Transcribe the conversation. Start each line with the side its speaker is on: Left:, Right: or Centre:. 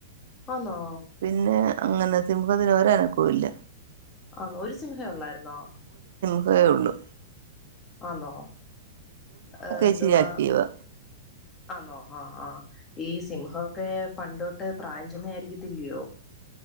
Left: ആന്നോ
Right: പിന്നെ അങ്ങനെ സിംഹത്തിന്ന് ഒരഅനക്കൂല്ല
Left: ആന്നോ ഒരു സിംഹേ ഉള്ളായിരുന്നോ
Right: അതേള്ളൂ
Left: ആന്നോ ഏ എന്തുവാ
Right: ഇച്ചിരി ആക്റ്റീവാ
Left: ആന്നോ ആ ആ ഈ സിംഹോക്കെ പണ്ടോട്ടേ പ്രായംചെന്നായിരിക്കതില്യോ